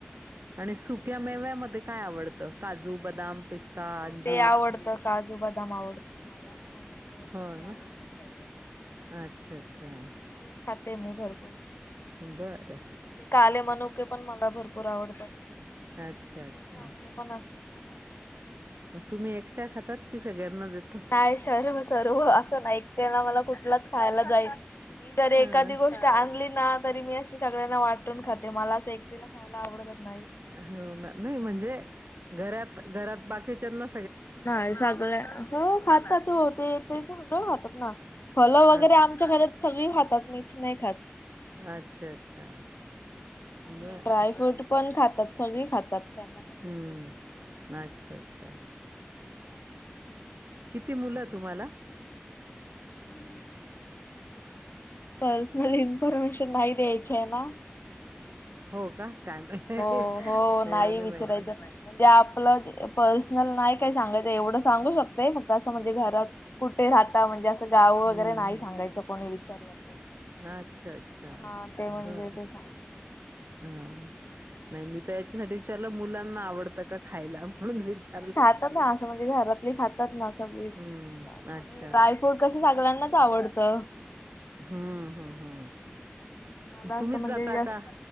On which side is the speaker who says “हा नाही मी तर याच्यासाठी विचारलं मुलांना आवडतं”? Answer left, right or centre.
Right